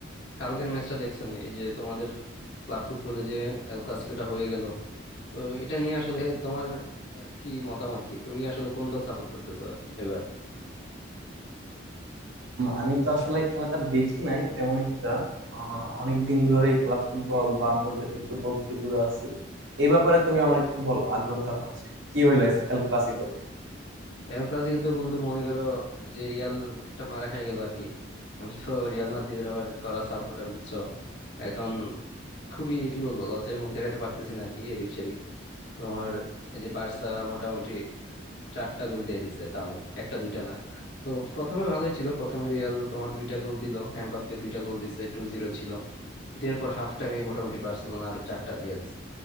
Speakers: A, on the left (about 60°); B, on the right (about 80°).
A: কালকের ম্যাচটা দেখছো নি এই যে তোমাদের ক্লাব ফুটবলে যে এল ক্লাসিকোটা হয়ে গেল তো এটা নিয়ে আসলে তোমার আহ, কি মতামত কি তুমি আসলে কোন দল সাপোর্ট করতেছো এবার
B: আমি তো আসলে খেলাটা দেখি নাই তেমন একটা অনেক দিন ধরে ক্লাব ফুটবল বা আন্তর্জাতিক ফুটবল থেকে দূরে আছি এই ব্যাপারে তুমি আমার একটু বলো আগ্রহ জন্মাচ্ছে কি হইলো এল ক্লাসিকোতে
A: এল ক্লাসিকো তো বন্ধু মনে করো যে রিয়াল একটা মারা খাই গেল আর কি আমি তো রিয়াল মাদ্রিদের আবার করা সাপোর্টার বুঝছো এখন খুবই কি বলবো লজ্জায় মুখ দেখাতে পারতেছি না আর কি এদিক সেদিক তোমার এই যে বার্সা মোটামুটি চারটা গোল দিয়ে দিছে তাও একটা দুইটা না তো প্রথমে ভালোই ছিল প্রথমে রিয়াল তোমার দুইটা গোল দিল এমবাপ্পে দুইটা গোল দিছে টু জিরো ছিল কিন্তু এরপর হাফ টাইমে মোটামুটি বার্সেলোনা আরো চারটা দিয়ে দিছে